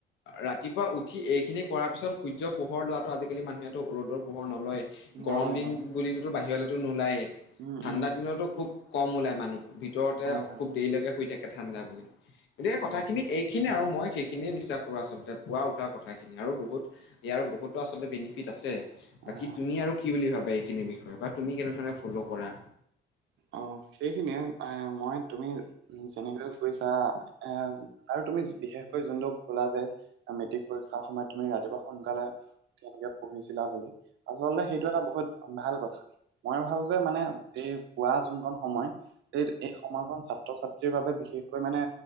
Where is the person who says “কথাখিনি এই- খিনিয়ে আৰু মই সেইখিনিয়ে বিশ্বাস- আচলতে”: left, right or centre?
Left